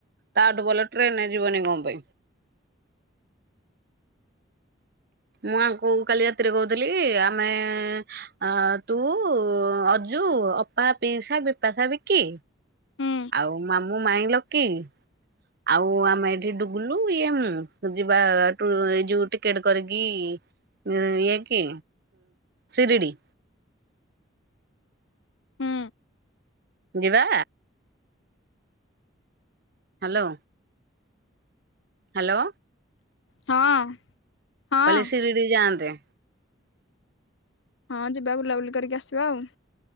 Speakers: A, on the right (about 50°); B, on the left (about 70°).
A: ତାଠୁ ଭଲ ଟ୍ରେନରେ ଯିବନି କଣ ପେଇଁ। ମୁଁ ଆଙ୍କୁ କୋ କାଲି ରାତିରେ କହୁଥିଲି କି ଆମେ ଆ ତୁ, ଅଜୁ, ଅପା, ପିଇସା, ବିପାସା, ବିକି।
B: ହୁଁ
A: ଆଉ ମାମୁଁ, ମାଇଁ, ଲକି। ଆଉ ଆମେ ଏଇଠି ଡୁଗୁଲୁ ଇଏ ମୁଁ ଯିବା ଟୁ ଏ ଯୋଉ ଟିକେଟ୍ କରିକି ଉଁ ଇଏକି ଶିରିଡି।
B: ହୁଁ।
A: ଯିବା। ହାଲୋ। ହାଲୋ।
B: ହଁ। ହଁ
A: କହିଲେ ସିରିଡି ଯାଆନ୍ତେ।
B: ହଁ ଯିବା ବୁଲାବୁଲି କରିକି ଆସିବା ଆଉ।